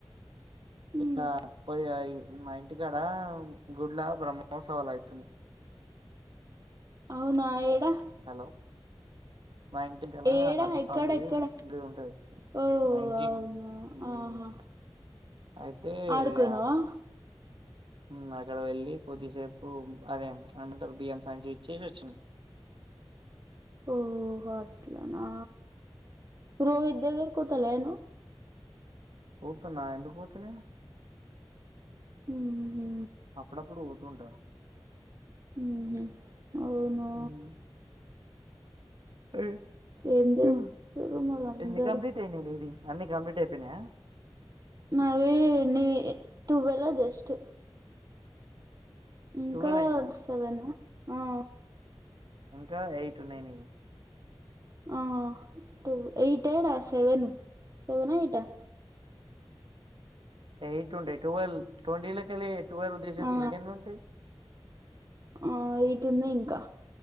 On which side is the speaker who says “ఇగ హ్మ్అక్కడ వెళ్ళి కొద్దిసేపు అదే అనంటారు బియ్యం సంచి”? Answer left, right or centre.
Right